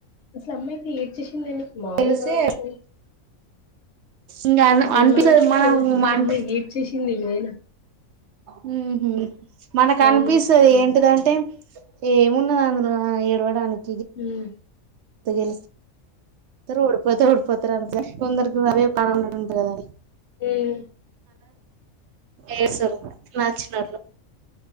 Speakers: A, on the left; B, on the right.
A: అసలు అమ్మాయితే ఏడ్చేసింది అండి మావలు
B: తెలిస్తే
A: మన చూ
B: ఇంకా
A: హ్మ్.
B: అనిపిస్తుంది
A: మనం చూసి
B: మనం
A: వదిలేసాం కానీ
B: అంట
A: అమ్మాయి ఏడ్చేసింది నేను
B: మనకు హమ్ హమ్
A: అవును
B: అనిపిస్తుంది ఏంటిదంటే ఏమున్నది అందులో ఏడువాడా అనికి
A: హమ్
B: తగలు ద్దరు ఉడిపోతే ఉడిపోతు అ కొందరికి అదే పడం ఉంటంట కదా
A: హమ్
B: ఏ సరు మార్చినరు